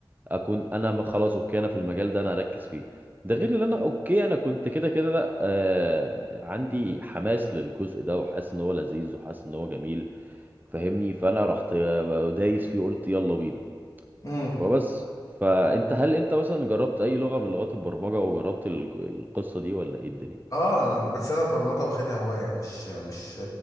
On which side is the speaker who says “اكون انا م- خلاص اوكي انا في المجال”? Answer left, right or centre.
Right